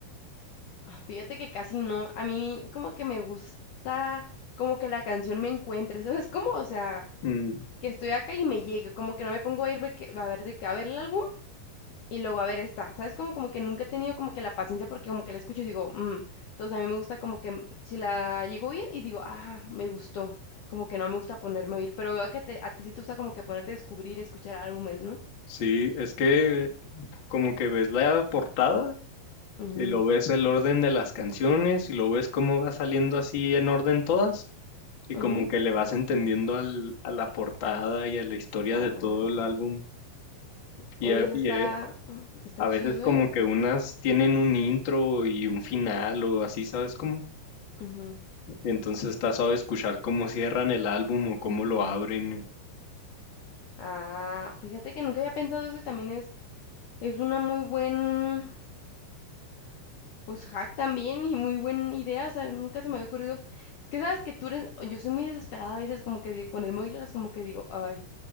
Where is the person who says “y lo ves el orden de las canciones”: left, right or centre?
Left